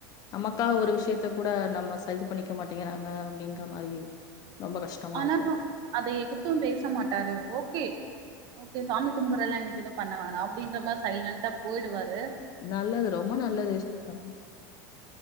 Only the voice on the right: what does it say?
ஆனா
அ அத எதுத்து பேச மாட்டாரு ஓகே ஓகே சாமி கும்புறல்ல இன்னக்கி எது பண்ண வோணா அப்டின்றதுல சைலண்டா போயிடுவாரு